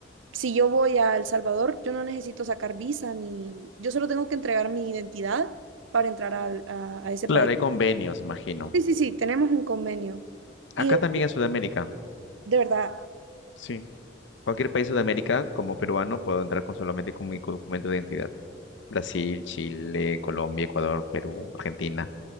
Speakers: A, on the right (about 80°); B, on the left (about 70°).
A: si yo voy a El Salvador, yo no necesito sacar visa ni, yo solo tengo que entregar mi identidad para entrar al- a, a ese
B: Claro,
A: país.
B: hay convenios, imagino.
A: Sí, sí, sí, tenemos un convenio.
B: Acá
A: Y de,
B: también en Sudamérica.
A: de verdad,
B: Sí. Cualquier país de Sudamérica, como peruano, puedo entrar con solamente con mi documento de identidad. Brasil, Chile, Colombia, Ecuador, Perú, Argentina.